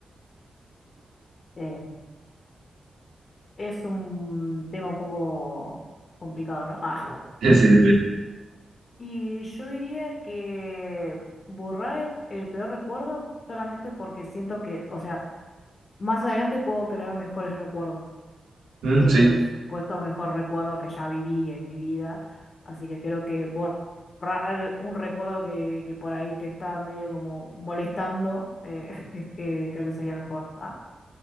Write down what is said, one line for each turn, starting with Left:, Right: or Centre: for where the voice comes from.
Left: Uh, Es un tema un poco complicado, ¿no? Ah.
Right: Sí, sí, sí.
Left: Y yo diría que borrar el, el peor recuerdo solamente porque siento que, o sea, más adelante puedo crear mejores recuerdos
Right: Mm,
Left: que
Right: sí.
Left: el supuesto mejor recuerdo que ya viví en mi vida. Así que creo que borrar un recuerdo que, que por ahí te está medio como molestando, eh, <laughs> es- eh, creo que sería mejor. Ah,